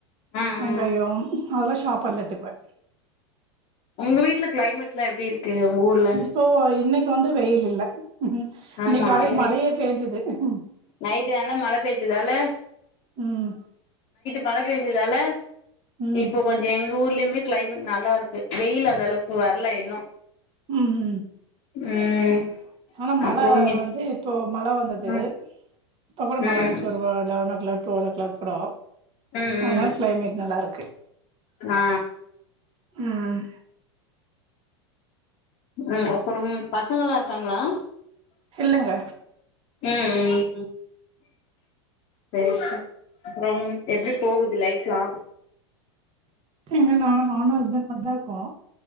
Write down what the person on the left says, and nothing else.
ஆ
ஆ
உங்க வீட்ல க்ளைமட் ல்லா எப்டி இருக்கு உங்க ஊர்ல
ஆமா
இன்னைக்
நைட்டு நல்ல மழ பெய்ஞ்சதால
மழ பெயஞ்சதால
இப்ப கொஞ்ச எங்க ஊர்லையுமே கிளைமேட் நல்லா இருக்கு வெயில் அந்த அளவுக்கு வரல இன்னு
ம்
அப்புறமே
ம்
ம்
ம்
ம்
ஆ
ம் அப்றம் பசங்கல்லா இருக்காங்களா
ம்
ம் சேரி சேரி அப்புறம் எப்டி போகுது லைஃப்லா